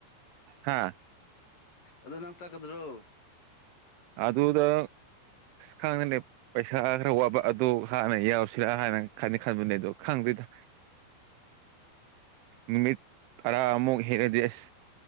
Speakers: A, on the right; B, on the left.
A: ꯍꯥꯥ
B: ꯑꯗꯣ ꯅꯪ ꯆꯀꯗ꯭ꯔꯣ
A: ꯑꯗꯨ ꯑꯗꯨꯗ ꯈꯪꯉꯅꯦ ꯄꯩꯁꯥ ꯈꯔ ꯋꯥꯕ ꯑꯗꯨ ꯍꯥꯟꯅ ꯌꯥꯎꯁꯤꯔꯥ ꯍꯥꯟꯅ ꯈꯅꯤ ꯈꯟꯕꯅꯦ ꯑꯗꯣ ꯈꯪꯗ ꯀꯗ
B: <inaudible>
A: ꯅꯨꯃꯤꯠ ꯇꯔꯥ ꯑꯃꯨꯛ ꯍꯦꯔꯗꯤꯁ